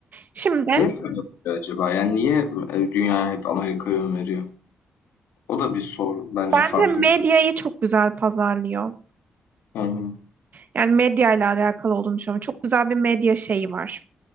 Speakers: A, on the right; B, on the left.
A: Şimdi
B: Niye böyle oluyor acaba? Yani niye e, dünya hep Amerika'ya öneriyor? O da bir soru. Bence
A: bence
B: farklı
A: medyayı
B: bir
A: çok güzel pazarlıyor.
B: Hı hı,
A: Yani medya ile alakalı olduğunu düşünüyorum. Çok güzel bir medya şeyi var.